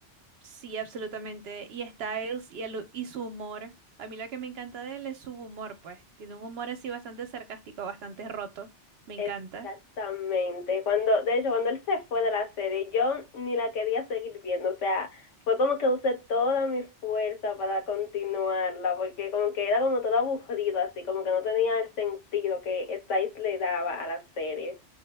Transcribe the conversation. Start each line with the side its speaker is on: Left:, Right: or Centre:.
Right: Sí, absolutamente. Y Styles y, el- y su humor. A mí lo que me encanta de él es su humor, pues. Tiene un humor así bastante sarcástico, bastante roto. Me encanta.
Left: Exactamente. Cuando, de hecho, cuando él se fue de la serie, yo ni la quería seguir viendo, o sea, fue como que usé toda mi fuerza para continuarla, porque como que era como todo aburrido, así como que no tenía el sentido que Stiles le daba a la serie.